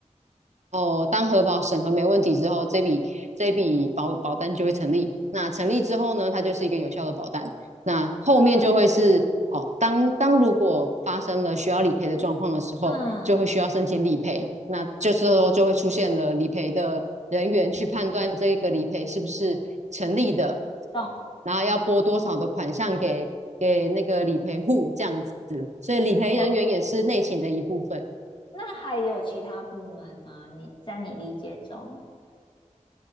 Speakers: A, on the right; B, on the left.
A: 哦，当核保审核没问题之后，这笔这笔保保单就会成立。那成立之后呢，它就是一个有效的保单。那后面就会是哦，
B: 嗯
A: 当当如果发生了需要理赔的状况的时候，
B: 嗯，
A: 就会需要申请理赔。那这时候就会出现了理赔的人员去判断这个理赔是不是成立的，
B: 懂
A: 然后要拨多少的款项给给那个理赔户这样子。所以理赔人员也是内勤的一部分。
B: 懂。那还有其他部门吗？你在你理解中，